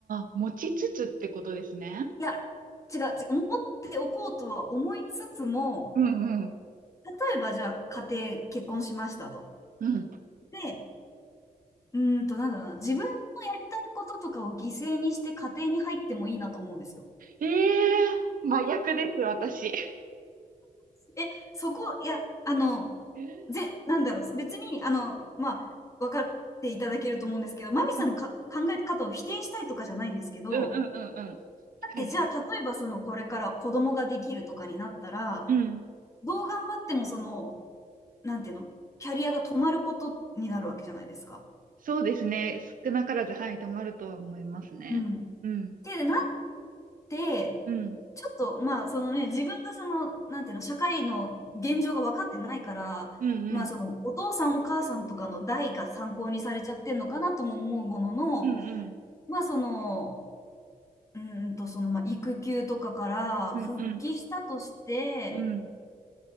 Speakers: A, on the right; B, on the left.
A: あ、持ちつつってことですね。
B: いや、違う、違う、持っておこうとは思いつつも、
A: うんうん。
B: 例えばじゃあ家庭結婚しましたと。
A: うん。
B: で、うーんと、なんだろうな、自分のやりたいこととかを犠牲にして家庭に入ってもいいなと思うんですよ。
A: ええー、真逆です、私。
B: え、そこ、いや、あの、
A: えー
B: ぜ、なんだろう、別に、あの、まあ、分かっていただけると思うんですけど、マミさんのか考え方を否定したいとかじゃないんですけど、
A: うん。うんうんうんうん。
B: だってじゃあ、
A: はいはい。
B: 例えばその、これから子供ができるとかになったら、
A: うん。
B: どう頑張ってもその、なんていうの、キャリアが止まることになるわけじゃないですか。
A: そうですね。少なからず、はい、止まるとは思いますね。
B: うん。っ
A: うん。
B: てなで、
A: うん。
B: ちょっと、まあ、そのね、自分がその、なんていうの、社会の現状が分かってないから、
A: うんうん。
B: まあ、その、お父さんお母さんとかの代が参考にされちゃってんのかなとも思うものの、
A: うんうん。
B: まあ、その、うーんと、その、まあ、育休とかから復帰したとして、
A: うんうん。うん